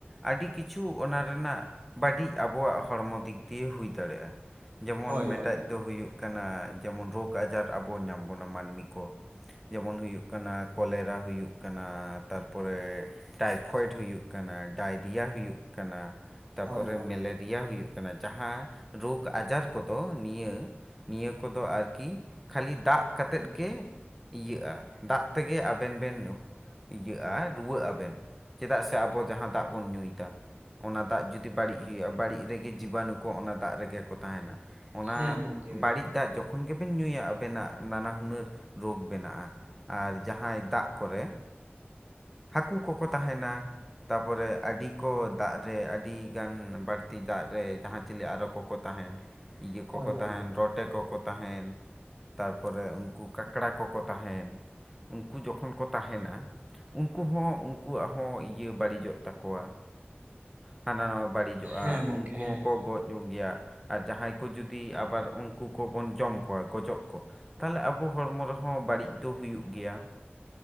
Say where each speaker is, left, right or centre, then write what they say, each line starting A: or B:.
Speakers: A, in the centre; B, on the right.
A: ᱟᱹᱰᱤ ᱠᱤᱪᱷᱩ ᱚᱱᱟ ᱨᱮᱱᱟᱜ ᱵᱟᱹᱲᱤᱡ ᱟᱵᱚᱣᱟᱜ ᱦᱚᱲᱢᱚ ᱫᱤᱠ ᱫᱤᱭᱮ ᱦᱩᱭ ᱫᱟᱲᱮᱭᱟᱜ-ᱟ᱾ ᱡᱮᱢᱚᱱ
B: ᱦᱳᱭ
A: ᱢᱮᱴᱟᱡ
B: ᱦᱳᱭ
A: ᱫᱚ ᱦᱩᱭᱩᱜ ᱠᱟᱱᱟ, ᱡᱮᱢᱚᱱ ᱨᱳᱜᱽ ᱟᱡᱟᱨ ᱟᱵᱚ ᱧᱟᱢ ᱵᱚᱱᱟ ᱢᱟᱹᱱᱢᱤ ᱠᱚ᱾ ᱡᱮᱢᱚᱱ ᱦᱩᱭᱩᱜ ᱠᱟᱱᱟ, ᱠᱚᱞᱮᱨᱟ ᱦᱩᱭᱩᱜ ᱠᱟᱱᱟ ᱾ ᱛᱟᱨᱯᱚᱨᱮ ᱴᱟᱭᱯᱷᱚᱭᱮᱰ ᱦᱩᱭᱩᱜ ᱠᱟᱱᱟ, ᱰᱟᱭᱨᱤᱭᱟ ᱦᱩᱭᱩᱜ ᱠᱟᱱᱟ᱾ ᱛᱟᱯᱚᱨᱮ
B: ᱦᱳᱭ ᱦᱳᱭ
A: ᱢᱮᱞᱮᱨᱤᱭᱟ ᱦᱩᱭᱩᱜ ᱠᱟᱱᱟ᱾ ᱡᱟᱦᱟᱸ ᱨᱳᱜᱽ ᱟᱡᱟᱨ ᱠᱚᱫᱚ ᱱᱤᱭᱟᱹ ᱱᱤᱭᱟᱹ ᱠᱚᱫᱚ ᱟᱨᱠᱤ ᱠᱷᱟᱞᱤ ᱫᱟᱜ ᱠᱟᱛᱮᱫ ᱜᱮ ᱤᱭᱟᱹᱜᱼᱟ, ᱫᱟᱜ ᱛᱮᱜᱮ ᱟᱵᱮᱱ ᱵᱮᱱ ᱤᱭᱟᱹᱜ-ᱟ ᱨᱩᱣᱟᱹᱜ ᱟᱵᱮᱱ, ᱪᱮᱫᱟᱜ ᱥᱮ ᱟᱵᱚ ᱡᱟᱦᱟᱸ ᱫᱟᱜ ᱵᱚᱱ ᱧᱩᱭᱮᱫᱟ᱾ ᱚᱱᱟ ᱫᱟᱜ ᱡᱩᱫᱤ ᱵᱟᱹᱲᱤᱡ ᱦᱩᱭᱩᱜ-ᱟ᱾ ᱵᱟᱹᱲᱤᱡ ᱨᱮᱜᱮ ᱡᱤᱵᱟᱱᱩ ᱠᱚ ᱚᱱᱟ ᱫᱟᱜ ᱨᱮᱜᱮ ᱠᱚ ᱛᱟᱦᱮᱸᱱᱟ᱾ ᱚᱱᱟ
B: ᱦᱮᱸ ᱜᱚᱢᱠᱮ
A: ᱵᱟᱹᱲᱤᱡ ᱫᱟᱜ ᱡᱚᱠᱷᱚᱱ ᱜᱮᱵᱮᱱ ᱧᱩᱭᱟ, ᱟᱵᱮᱱᱟᱜ ᱱᱟᱱᱟ ᱦᱩᱱᱟᱹᱨ ᱨᱳᱜᱽ ᱵᱮᱱᱟᱜᱼᱟ᱾ ᱟᱨ ᱡᱟᱦᱟᱸᱭ ᱫᱟᱜ ᱠᱚᱨᱮ, ᱦᱟᱹᱠᱩ ᱠᱚᱠᱚ ᱛᱟᱦᱮᱸᱱᱟ ᱛᱟᱯᱚᱨᱮ ᱟᱹᱰᱤ ᱠᱚ ᱫᱟᱜ ᱨᱮ, ᱟᱹᱰᱤ ᱜᱟᱱ ᱵᱟᱹᱲᱛᱤ ᱫᱟᱜ ᱨᱮ ᱡᱟᱦᱟᱸ ᱪᱤᱞᱤ ᱟᱨᱚ ᱠᱚᱠᱚ ᱛᱟᱦᱮᱸᱱ, ᱤᱭᱟᱹ ᱠᱚᱠᱚ
B: ᱦᱳᱭ ᱦᱳᱭ
A: ᱛᱟᱦᱮᱸᱱ
B: ᱦᱳᱭ
A: ᱨᱚᱴᱮ ᱠᱚᱠᱚ ᱛᱟᱦᱮᱸᱱ ᱛᱟᱨᱯᱚᱨᱮ ᱩᱱᱠᱩ ᱠᱟᱠᱲᱟ ᱠᱚᱠᱚ ᱛᱟᱦᱮᱸᱱ᱾ ᱩᱱᱠᱩ ᱡᱚᱠᱷᱚᱱ ᱠᱚ ᱛᱟᱦᱮᱸᱱᱟ ᱩᱱᱠᱩ ᱦᱚᱸ ᱩᱱᱠᱩᱣᱟᱜ ᱦᱚᱸ ᱤᱭᱟᱹ ᱵᱟᱹᱲᱤᱡᱚᱜ ᱛᱟᱠᱚᱣᱟ᱾ ᱦᱟᱱᱟ ᱱᱚᱣᱟ ᱵᱟᱹᱲᱤᱡᱚᱜ-ᱟ᱾
B: ᱦᱮᱸ ᱜᱚᱢᱠᱮ
A: ᱩᱱᱠᱩ ᱦᱚᱸᱠᱚ
B: ᱦᱮᱸ ᱦᱮᱸ
A: ᱜᱚᱡᱚᱜ ᱜᱮᱭᱟ ᱟᱨ ᱡᱟᱦᱟᱸᱭ ᱠᱚ ᱡᱚᱫᱤ ᱟᱵᱟᱨ ᱩᱱᱠᱩ ᱠᱚᱵᱚᱱ ᱡᱚᱢ ᱠᱚᱣᱟ ᱜᱚᱡᱚᱜ ᱠᱚ, ᱛᱟᱦᱞᱮ ᱟᱵᱚ ᱦᱚᱲᱢᱚ ᱨᱮᱦᱚᱸ ᱵᱟᱲᱤᱡ ᱫᱚ ᱦᱩᱭᱩᱜ ᱜᱮᱭᱟ᱾